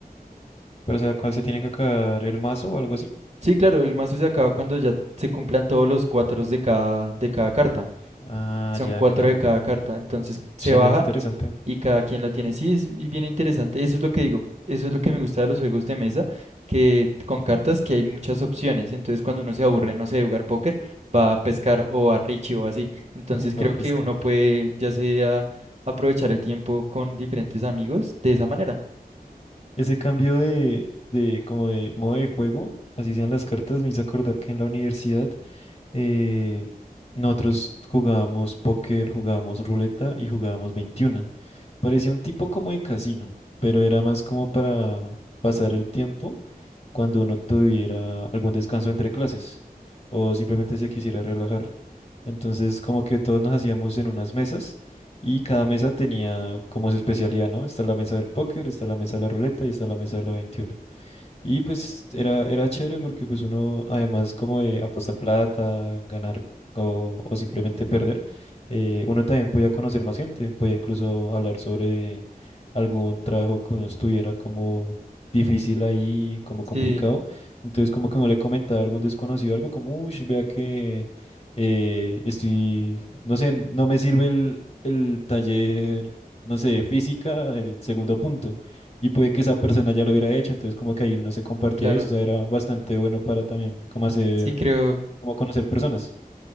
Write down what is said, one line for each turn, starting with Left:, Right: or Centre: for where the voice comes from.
Left: Pero, o sea, ¿cuál se tiene que acabar? ¿El mazo o algo así?
Right: Sí, claro, el mazo se acaba cuando ya se cumplan todos los cuatro de cada, de cada carta.
Left: Ah,
Right: Son
Left: ya,
Right: cuatro
Left: claro.
Right: de cada carta. Entonces se
Left: Suena
Right: baja
Left: interesante.
Right: y cada quien lo tiene. Sí, es y bien interesante. Eso es lo que digo. Eso es lo que me gusta de los juegos de mesa, que con cartas que hay muchas opciones. Entonces cuando uno se aburre, no sé, de jugar póker, va a pescar o a Richie o así. Entonces
Left: <laughs>
Right: creo
Left: Va a
Right: que
Left: pescar.
Right: uno puede ya sea aprovechar el tiempo con diferentes amigos de esa manera.
Left: Ese cambio de, de, como de modo de juego, así sean las cartas, me hizo acordar que en la universidad eh, nosotros jugábamos póker, jugábamos ruleta y jugábamos 21. Parecía un tipo como de casino, pero era más como para pasar el tiempo cuando uno tuviera algún descanso entre clases o simplemente se quisiera relajar. Entonces, como que todos nos hacíamos en unas mesas y cada mesa tenía como su especialidad, ¿no? Está la mesa del póker, está la mesa de la ruleta y está la mesa de la 21. Y pues era, era chévere porque pues uno, además como de apostar plata, ganar o, o simplemente perder, eh, uno también podía conocer más gente, podía incluso hablar sobre algún trabajo que uno estuviera como difícil ahí, como
Right: Sí,
Left: complicado. Entonces como que uno le comentaba a algún desconocido algo como, uy, vea que eh, estoy, no sé, no me sirve el, el taller, no sé, de física, el segundo punto y puede que esa persona ya lo hubiera hecho, entonces como que ahí uno se compartía
Right: claro.
Left: y eso, o sea, era bastante bueno para también como hacer,
Right: Sí, creo.
Left: como conocer personas,